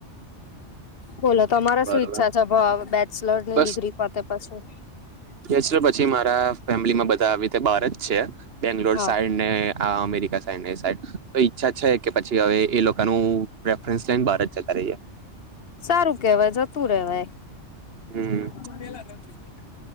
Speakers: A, on the left; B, on the right.
A: બોલો તમારે
B: બરોબર
A: શું ઈચ્છા છે? અ ભ બેચલરની
B: બસ
A: ડિગ્રી પતે પછી?
B: <unintelligible> પછી મારા ફેમિલીમાં બધા આવી રીતે બાર જ છે બેંગ્લોર
A: હા
B: સાઈડ- ને આ અમેરિકા સાઈડને એ સાઈડ તો ઈચ્છા છે કે પછી હવે એ લોકોનું- રેફ્રરન્સ લઈન બાર જ જતા રહીએ.
A: સારું કેવાય જતું રેવાય.
B: હમ્મ.
A: <unintelligible> નથી.